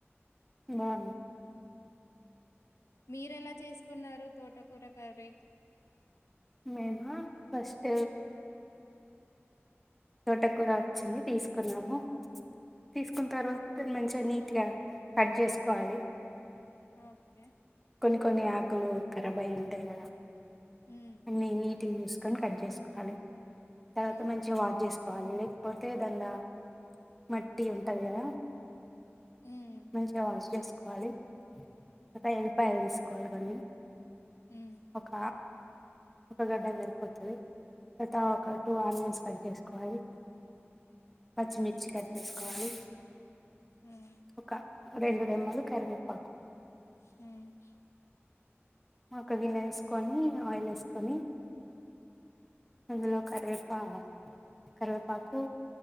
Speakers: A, in the centre; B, on the left (about 85°).
A: బాగుంది
B: మీరెలా చేసుకున్నారు తోటకూర కర్రీ
A: మేమా ఫస్ట్ తోటకూర వచ్చింది తీసుకున్నాము తీసుకున్న తర్వాత దాన్ని మంచిగా నీట్గా కట్ చేసుకోవాలి
B: ఓకే
A: కొన్ని కొన్ని ఆకులు ఖరాబ్ అయి ఉంటాయి కదా
B: హ్మ్.
A: అన్ని నీ ట్ గా చూసుకని కట్ చేసుకోవాలి తర్వాత
B: హ్మ్.
A: మంచిగా వాష్ చేసు కోవాలి లేకపోతే <unintelligible> మట్టి ఉంటది కదా
B: హ్మ్.
A: మంచిగా వాష్ చేసుకోవాలి <unintelligible> పాయలు తీసుకోవాలి కదండి
B: హ్మ్.
A: ఒక ఒక గడ్డ సరిపోతది <unintelligible> ఒక టూ ఆనియన్స్ కట్ చేసుకోవాలి. పచ్చిమిర్చి కట్ చేసుకోవాలి
B: హ్మ్.
A: ఒక రెండు రెమ్మలు కరివేపాకు
B: మ్మ్
A: ఒక్క గిన్నె తీసుకొని ఆయిల్ వేసుకొని అందులో
B: హ్మ్.
A: కరేపాకు కరివేపాకు